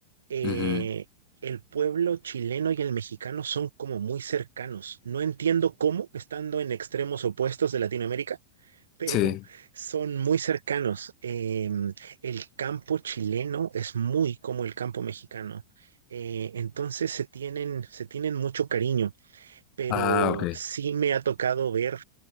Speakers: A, on the right (about 70°); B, on the left (about 40°).
A: eh,
B: Ujú.
A: el pueblo chileno y el mexicano son como muy cercanos. No entiendo cómo, estando en extremos opuestos de Latinoamérica, <laughs> pero
B: Sí.
A: son muy cercanos. Eh, el campo chileno es muy como el campo mexicano. Eh, entonces se tienen, se tienen mucho cariño pero
B: Ah, ok.
A: sí me ha tocado ver,